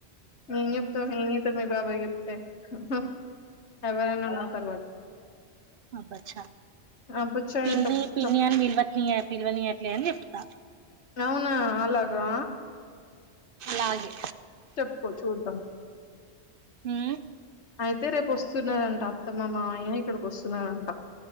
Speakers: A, on the left (about 85°); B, on the right (about 60°).
A: నేను చెప్తా ఏేం చెప్తారు మీ బాబాయ చెప్తేా హు హు ఎవరైనా నా తర్వాత
B: అబ్బచ్చా
A: ఆ బుచ్చ
B: పిన్ని
A: అంట బుచ్చ
B: పిన్ని అని పిల్వని పిల్వని అట్లే అని చెప్తా
A: అవునా అలాగా
B: అలాగే
A: చెప్పుకో చూద్దాం
B: హ్మ్మ్
A: అయితే రేపు వస్తున్నారంట అత్తమ్మ మా అయ ఇక్కడికి వస్తున్నారంట